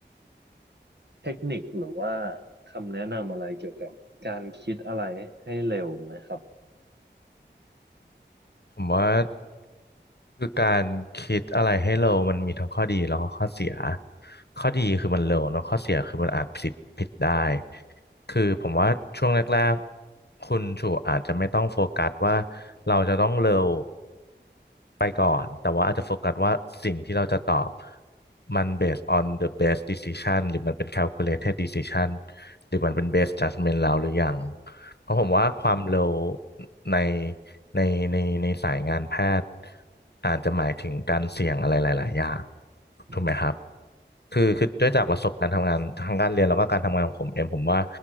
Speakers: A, on the right; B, on the left.
A: เทคนิคหรือว่าคำแนะนำอะไรเกี่ยวกับการคิดอะไรให้เร็วไหมครับ
B: ผมว่าคือการคิดอะไรให้เร็วมันมีทั้งข้อดีแล้วก็ข้อเสียข้อดีคือมันเร็วเนอะข้อเสียคือมันอาจผิดผิดได้คือผมว่าช่วงแรกๆคุณชูอาจจะไม่ต้องโฟกัสว่าเราจะต้องเร็วไปก่อนแต่ว่าอาจจะโฟกัสว่าสิ่งที่เราจะตอบมัน based on the best decision หรือมันเป็น calculated decision หรือมันเป็น based judgment เราหรือยัง เพราะผมว่าความเร็ว
A: อืม
B: ในในในในสายงานแพทย์อาจจะหมายถึงการเสี่ยงอะไรหลายๆอย่าง
A: อืม
B: ถูกไหมครับคือคือด้วยจากประสบการณ์ทำงานทางการเรียนแล้วก็การทำงานของผมเองผมว่า